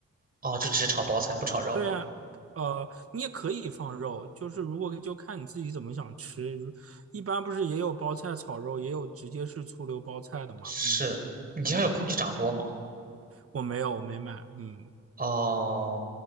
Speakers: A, on the right (about 30°); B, on the right (about 50°).
A: 哦，就只炒包菜不炒肉。
B: 对啊，呃，你也可以放肉，就是如果就看你自己怎么想吃。如一般不是也有包菜炒肉，也有直接是醋溜包菜的嘛。
A: 是，
B: 嗯
A: 你家有空气炸锅吗？
B: 嗯。我没有，我没买。嗯
A: 哦，